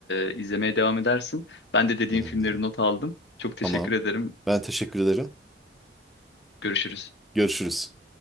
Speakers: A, on the left; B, in the centre.
A: e, izlemeye devam edersin. Ben de dediğin
B: Hmm,
A: filmleri not aldım. Çok teşekkür
B: tamam.
A: ederim.
B: Ben teşekkür ederim.
A: Görüşürüz.
B: Görüşürüz.